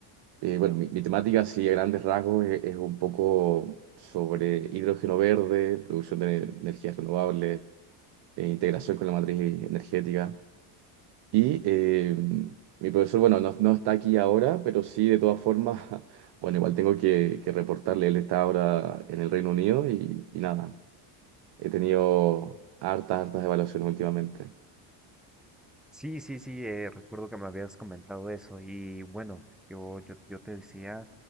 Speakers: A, on the right; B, in the centre.
A: eh, bueno, mi, mi temática, así a grandes rasgos, es, es un poco sobre hidrógeno verde, producción de energías renovables eh, integración con la matriz energética. Y eh, mi profesor, bueno, no, no está aquí ahora, pero sí, de todas formas, <laughs> bueno, igual tengo que, que reportarle, él está ahora en el Reino Unido y, y nada, he tenido hartas, hartas evaluaciones últimamente.
B: Sí, sí, sí, eh, recuerdo que me habías comentado eso y bueno, yo, yo, yo te decía,